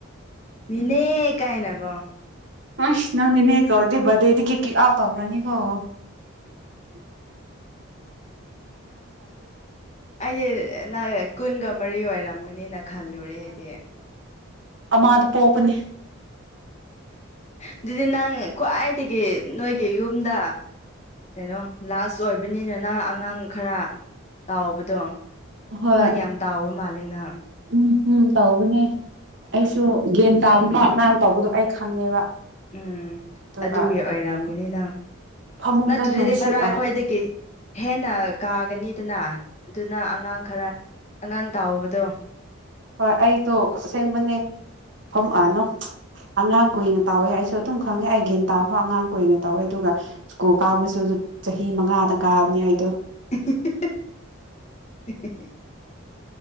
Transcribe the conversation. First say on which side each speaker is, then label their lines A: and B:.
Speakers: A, on the left (about 30°); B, on the right (about 55°).
A: ꯃꯤꯅꯦ ꯀꯥꯏ ꯅꯀꯣ
B: ꯑ ꯅꯪ ꯅꯅꯦ ꯀꯋꯥꯔꯗꯤꯦꯕꯗꯦꯛ ꯑꯥꯎ ꯇꯧꯕ꯭ꯔꯅꯤ ꯀꯣꯣ
A: ꯑꯩꯁꯦ ꯅ ꯀꯨꯟꯒ ꯃꯔꯤ ꯑꯣꯏꯔꯝꯒꯅꯤ ꯅ ꯈꯜꯂꯨꯔꯦꯗꯤ
B: ꯑꯥꯗ ꯄꯣꯄꯅꯤ
A: ꯑꯗꯨꯗꯤ ꯅꯪ ꯈ꯭ꯋꯥꯏꯗꯒꯤ ꯅꯣꯏꯒꯤ ꯌꯨꯝꯗ ꯀꯩꯅꯣ ꯂꯥꯁ ꯑꯣꯏꯕꯅꯤꯅꯅ ꯑꯉꯥꯡ ꯈꯔ ꯇꯥꯎꯕꯗꯣ
B: ꯍꯣꯏ
A: ꯅꯪ ꯌꯥꯝ ꯇꯥꯎꯕ ꯃꯥꯂꯦꯅ
B: ꯎꯝ ꯎꯝ ꯇꯧꯕꯅꯦ ꯑꯩꯁꯨ ꯒ꯭ꯟ ꯇꯥꯕ ꯄꯣ ꯑꯉꯥꯡ ꯇꯥꯎꯄꯗꯣ ꯑꯩ ꯈꯪꯉꯦꯕ
A: ꯎꯝ
B: ꯑꯗꯨꯒ
A: ꯑꯗꯨꯒꯤ ꯑꯣꯏꯔꯝꯒꯅꯤ ꯅꯪ
B: ꯐꯃꯨꯡꯗ
A: ꯅꯠꯇ꯭ꯔꯗꯤ
B: ꯅꯨꯡꯁꯤꯠ
A: ꯈꯔ
B: ꯑ
A: ꯈ꯭ꯋꯥꯏꯗꯒꯤ ꯍꯦꯟꯅ ꯀꯥꯒꯅꯤꯗꯅ ꯑꯗꯨꯅ ꯑꯉꯥꯡ ꯈꯔ ꯑꯉꯥꯡ ꯇꯥꯎꯕꯗꯣ
B: ꯍꯣꯏ ꯑꯩꯗꯣ ꯑꯁꯦꯡꯕꯅꯦ ꯐꯝ ꯑꯅꯣ ꯑꯉꯥꯡ ꯀꯨꯏꯅ ꯇꯧꯋꯦ ꯑꯩꯁꯨ ꯑꯗꯨꯝ ꯈꯪꯉꯦ ꯑꯩꯒꯤꯟ ꯇꯥꯐꯥꯎ ꯑꯉꯥꯡ ꯀꯨꯏꯅ ꯇꯧꯋꯦ ꯑꯗꯨꯝ ꯑꯗꯨꯒ ꯁꯨꯀꯣꯜ ꯀꯥꯕꯁꯨ ꯑꯗꯨ ꯆꯍꯤ ꯃꯉꯥꯗ ꯀꯥꯕꯅꯦ ꯑꯩꯗꯣ
A: <inaudible>